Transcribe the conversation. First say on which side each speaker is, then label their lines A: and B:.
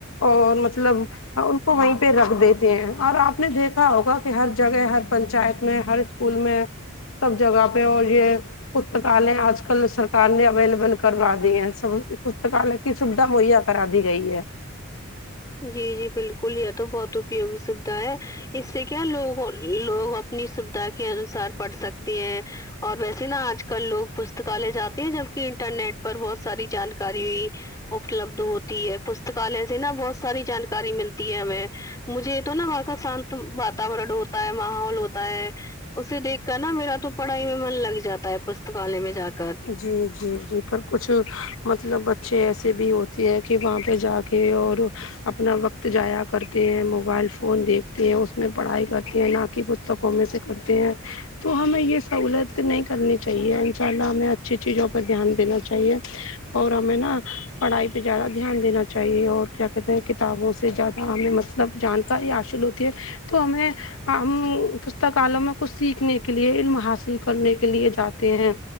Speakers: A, on the left; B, on the left.
A: اور مطلب ان کو وہیں پہ رکھ دیتے ہیں اور آپ نے دیکھا ہوگا کہ ہر جگہ ہر پنچایت میں ہر اسکول میں سب جگہ پہ اور یہ پستکالے آج کل سرکار نے اویلیبل کروا دی ہیں س پستکالیہ کی سویدھا مہیا کرا دی گئی ہے
B: جی جی بالکل یہ تو بہت اپیوگی سویدھا ہے اس سے کیا لوگ لوگ اپنی سویدھا کے انوسار پڑھ سکتے ہیں اور ویسے نا آج کل لوگ پس پستکالے جاتے ہیں جبکہ انٹرنیٹ پر بہت ساری جانکاری اپلبد ہوتی ہے پستکالے سے نا بہت ساری جانکاری ملتی ہے ہمیں مجھے تو نا وہاں کا شانت واتاورن اور ہوتا ہے ماحول ہوتا ہے اسے دیکھ کر نا میرا تو پڑھائی میں من لگ جاتا ہے پستکالے میں جا کے
A: جی جی جی پر کچھ مطلب بچے ایسے بھی ہوتے ہیں کہ وہاں پہ جا کے اور اپنا وقت جایا کرتے ہیں موبائل فون دیکھتے ہیں اس میں پڑھائی کرتے ہیں ن کی پستکوں میں سے کرتے ہیں تو ہمیں یہ سہولت نہیں کرنی چاہیے ان شاء اللہ ہمیں اچھی چیزوں پہ دھیان دینا چاہیے اور ہمیں نا پڑھائی پہ زیادہ دھیان دینا چاہیے اور کیا کہتے ہیں کتابوں سے زیادہ ہمیں مطلب جانکاری حاصل ہوتی ہے تو ہمیں ہم پستکالم میں کچھ سیکھنے کے لیے علم حاصل کرنے کے لیے جاتے ہیں